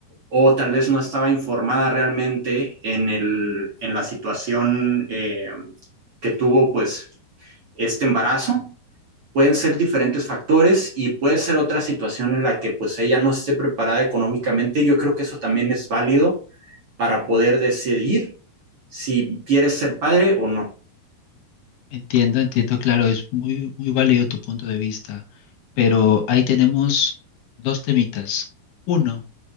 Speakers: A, on the right; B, on the left.
A: o tal vez no estaba informada realmente en, el, en la situación eh, que tuvo pues este embarazo. Pueden ser diferentes factores y puede ser otra situación en la que pues ella no esté preparada económicamente. Yo creo que eso también es válido para poder decidir si quieres ser padre o no.
B: Entiendo, entiendo, claro, es muy, muy válido tu punto de vista, pero ahí tenemos dos temitas. Uno,